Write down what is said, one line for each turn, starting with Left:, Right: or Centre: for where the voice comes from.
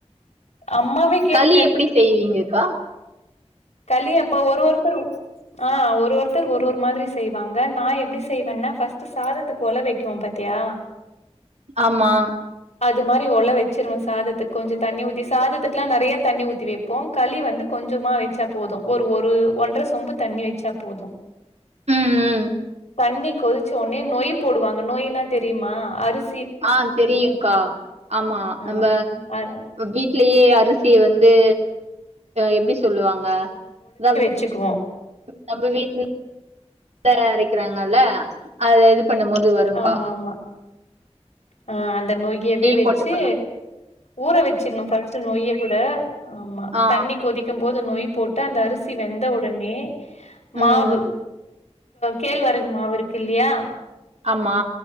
Left: அம்மாவே கேட்டு
Right: களி எப்டி செய்வீங்ககா
Left: கலி அப்ப ஒரு ஒருத்தரு ஆ ஒரு ஒருத்தர் ஒரு ஒரு மாதுரி செய்வாங்க நா எப்டி செய்வேனா ஃபஸ்ட்டு சாதத்துக்கு ஒல வெக்வோ பத்தியா
Right: ஆமா
Left: அது மாரி ஒல வெச்சுருவே சாததுக்கு கொஞ்சொ தண்ணி ஊத்தி சாததுக்ல்லா நெறையா தண்ணி ஊத்தி வெப்போ களி வந்து கொஞ்சமா வெச்சா போது ஒரு ஒரு ஒன்ற சொம்பு தண்ணி வெச்சா போது
Right: ம், ம்.
Left: தண்ணி கொதுச்சோனே நொய் போடுவாங்க நொய்னா தெரிமா அரிசி
Right: ஆ தெரியுங்கா ஆமா
Left: ஆ
Right: நம்ம
Left: அ
Right: வீட் ட்லயே அரிசிய வந்து எப்டி சொல்லுவாங்க <unintelligible>
Left: ச்சுக்குவோ
Right: நம்ப வீட்ல <inaudible> அரக்கிறாங்கல்ல அத எடு பண்ணம் போது வருங்கா
Left: ஆமாமா. ஆ அந்த நொய்யவே வெச்சு
Right: போட்டுக்கணு
Left: ஊற வெச்சிட்ணு ஃபஸ்ட்டு நொய்ய கூட ஆமா
Right: ஆ
Left: தண்ணி கொதிக்கு போது நோய் போட்டு அந்த அரிசி வெந்த ஒடனே மாவு
Right: ம்
Left: கேழ்வெரகு மாவு இருக்கு இல்லையா
Right: ஆமா